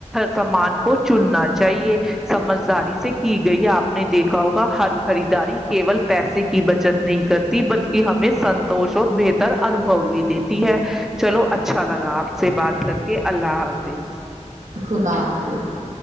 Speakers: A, in the centre; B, on the right.
A: سامان کو چننا چاہیے سمجھداری سے کی گئی آپ نے دیکھا ہوگا ہر خریداری کیول پیسے کی بچت نہیں کرتی بلکہ ہمیں سنتوش اور بہتر انوبو بھی دیتی ہے چلو اچھا لگا آپ سے بات کر کے اللہ حافظ
B: خدا حافظ <unintelligible>